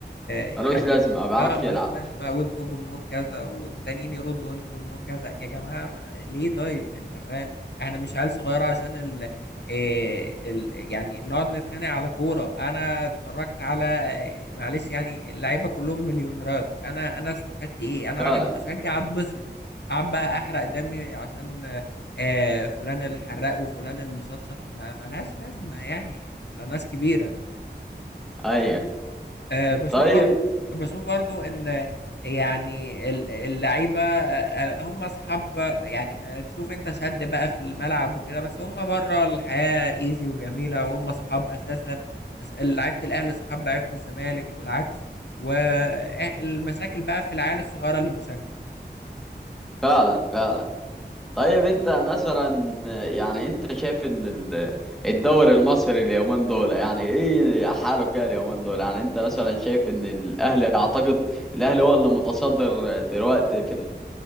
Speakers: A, on the left (about 70°); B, in the centre.
A: يعني
B: ملوش لازمة ما بيعرفش
A: اه ملوش
B: يلعب
A: لازمة وانتوا جمهور كذا والتانيين يردوا وانتوا جمهور كذا يا جماعة ما- ليه طيب انت فاهم احنا مش عيال صغيرة عشان ال... آه ال... يعني نقعد نتخانق على كورة انا اتفرجت على آه، معلش يعني اللعيبة كلهم مليونيرات انا انا استفدت ايه انا
B: فعلا
A: واحد بشجع اتبسط قاعد بقى احرق دمي عشان آه، آه، فلان الحراق وفلان المشطشط ما ملهاش لازمة يعني احنا ناس كبيرة
B: ايوه
A: أه بشوف
B: طيب
A: برضو بشوف برضو ان يعني ال- اللعيبه أه، آه، هم اصحاب يعني أه، تشوف انت شد بقى في الملعب وكده بس هم بره الحياه ايزي وجميله وهم اصحاب اساسا اس- لعيبه الاهلي اصحاب لعيبه الزمالك والعكس والمشاكل بقى في العيال الصغيره اللي بتشجع
B: فعلا فعلا طيب انت مثلا يعني انت شايف ان ال- الدوري المصري اليومين دول يعني ايه حاله كده اليومين دول يعني انت مثلا شايف ان الاهلي اعتقد الاهلي هو اللي متصدر دلوقتي في